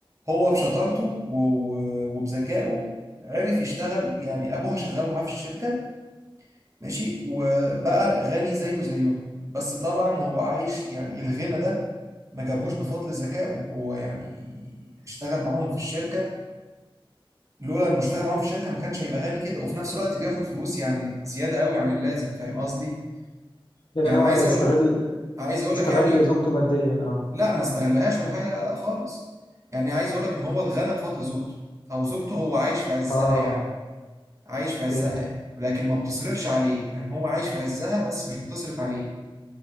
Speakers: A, on the right; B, on the left.
A: هو بشطارته و- و- وبذكائه عرف يشتغل يعني ابوها شغاله معاه في الشركه ماشي وبقى غني زيه زيه بس طبعا هو عايش يعني الغنى ده ما جابهوش بفضل ذكائه هو يعني اشتغل معاهم في الشركة لولا انه اشتغل معاهم في الشركه ما كانش هيبقى غني كده وفي نفس الوقت بياخد فلوس يعني زياده قوي عن اللازم فاهم قصدي
B: يعني
A: يعني
B: هو
A: عايز
B: استغل
A: اقول عايز اقول
B: استغل
A: لك يعني
B: زوجته ماديا اه
A: لا ما استغلهاش ولا حاجه لا لا خالص يعني عايز اقول لك ان هو اتغنى بفضل زوجته او زوجته هو عايش في عزها
B: اه
A: يعني عايش في عزها
B: فهمتك
A: لكن ما بتصرفش عليه يعني هو عايش في عزها بس مش بتصرف عليه